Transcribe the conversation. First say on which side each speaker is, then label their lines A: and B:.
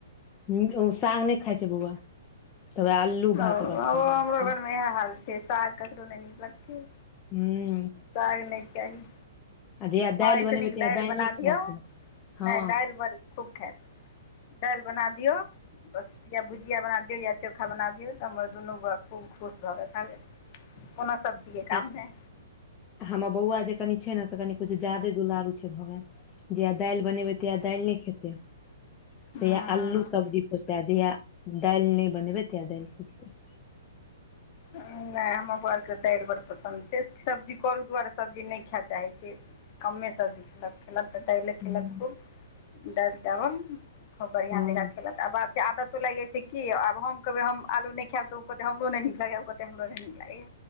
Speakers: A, on the left; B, on the left.
A: निक ओ साग नय खाइ छै बौआ। तऽ वएह अल्लू
B: ओ
A: भात ओकरा
B: ओ
A: खुआ रहल
B: हमरो
A: छी
B: घरमे इएह हाल छै, साग ककरो नए नीक लगतै।
A: हू।
B: साग नहि चाही।
A: आ जहिया दालि
B: हँ, एह
A: बनेबै
B: सँ नीक
A: तहिया
B: दाईल
A: दालि
B: बना
A: नहि
B: दियो,
A: खायत हँ
B: नय दाईल बड़ नीक खूब खेयत, दाईल बना दियौ, बस या भुजिया बना दियौ, या चोखा बना दियौ। दिओ तऽ हमर दुनू बौआ खूब खुश भऽकेऽ खा लैत, कोनो सब्जीऐ
A: आ
B: काम नहि।
A: हमर बौआ जे कनि छै ने, से कनि कुछ जादे दुलारू छै भगैल। जेहिया दाईल बनेबै तहिया दाईल नहि खेते।
B: हँ
A: तहिया आलू सब्जी खेतै, जहिया दाईल नहि बनेबै तहिया दाईल खोजते।
B: नए हमर बौवा आरके दाईल बड़ पसन्द छै, सब्जी करू दुआरे सब्जी नेय खायए चाहैत छै। कमे सब्जी खेलक। खेलक तऽ दाईले
A: ह्म
B: खेलक खूब, दाईल चावल खूब बढ़िआं
A: हँ
B: जकाँ खेलक। त बात छै आदतो लाईग जाइ छै की, आब हम कहबेै हम आलू नए खेयब, त ओ कहते हमरो नै नी त ओ कहते हमरो नै नीक लागेऐ।